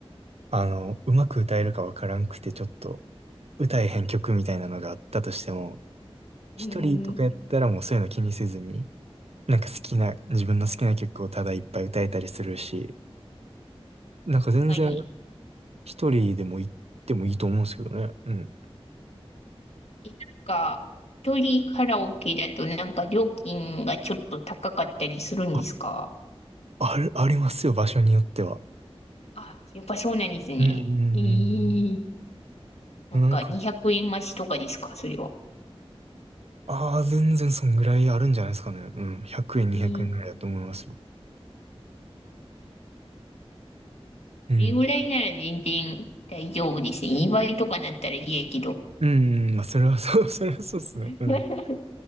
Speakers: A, on the right (about 75°); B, on the left (about 85°).
A: あの、うまく歌えるかわからんくて、ちょっと、歌えへん曲みたいなのがあったとしても、一人とかやったらもうそういうの気にせずに、
B: うん、
A: なんか好きな、自分の好きな曲をただいっぱい歌えたりするし、なんか全然
B: 確かに。
A: 一人でも行ってもいいと思うんですけどね。うん。
B: えなんか、一人カラオケだとなんか料金がちょっと高かったりするんですか
A: あ、ある、ありますよ、場所によっては。
B: あ、やっぱそうなんですね。
A: うんうんうん
B: えーなんか200円増しとかですかそれは。
A: うん。なんか、ああー、全然そんぐらいあるんじゃないですかね。うん。100円、200円ぐらいだと思いますよ。
B: えー
A: うん。
B: これぐらいなら全然大丈夫ですね。2倍とかなったら嫌やけど。
A: うん、うんまあ、それはそう、<laughs> それはそうですね。
B: <laughs>
A: うん。
B: えー、